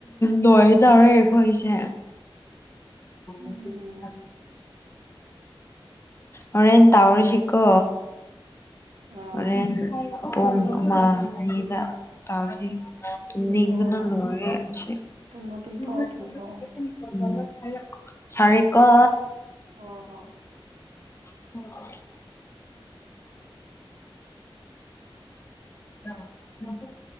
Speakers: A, on the left (about 25°); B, on the right (about 80°).
A: ꯂꯣꯏꯗꯧꯔꯦ ꯑꯈꯣꯢꯒꯤꯁꯦ <unintelligible>
B: ꯎꯝ
A: ꯍꯣꯔꯦꯟ ꯇꯥꯥꯎꯔꯤꯁꯤꯀꯣ
B: ꯑꯥ
A: ꯍꯣꯔꯦꯟ ꯄꯨꯡ ꯑꯃ ꯑꯅꯤꯗ ꯇꯥꯎꯔꯁꯤ ꯕ ꯇꯨꯝꯅꯤꯡꯕꯅ
B: ꯍꯣꯏ ꯍꯣꯏ
A: ꯂꯣꯢꯔꯦ ꯁꯦ
B: ꯇꯨꯝꯃꯨ ꯇꯨꯝꯊꯣꯛꯑꯣ
A: ꯎꯝ
B: ꯇꯨꯝꯊꯣꯛꯑꯣ
A: ꯐꯔꯦꯀꯣ
B: ꯍꯣ ꯍꯣꯢ
A: <unintelligible> ꯗ ꯅꯕꯨꯛ